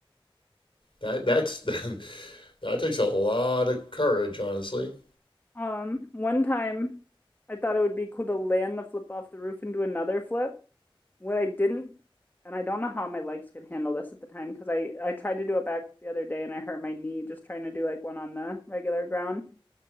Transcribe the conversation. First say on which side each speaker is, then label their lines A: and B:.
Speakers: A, on the left (about 60°); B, on the left (about 20°).
A: That that's <laughs> that takes a lot of courage, honestly. <laughs>
B: Um, one time I thought it would be cool to land the flip off the roof and do another flip. What I didn't, and I don't know how my legs could handle this at the time because I I tried to do it back the other day and I hurt my knee just trying to do like one on the regular ground.